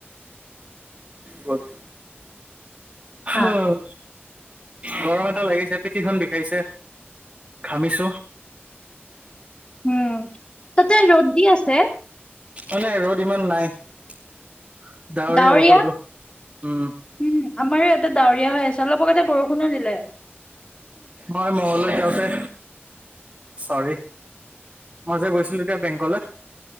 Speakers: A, on the right; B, on the left.
A: গত হঅ
B: হা,
A: গৰম এটা লাগিছে পিঠিখন বিষাইছে ঘামিছো।
B: হুম। তাতে ৰ'দ দি আছে?
A: অ নাই ৰ'দ ইমান নাই। ডাৱৰীয়া
B: ডাৱৰীয়া
A: বতৰটো, উম।
B: উম আমাৰো ইয়াতে ডাৱৰীয়া হৈ আছে অলপ আগতে বৰষুণো দিলে।
A: মই মংগল দৈ যাওঁতে চৰি মই যে গৈছিলো তেতিয়া বেংকলে।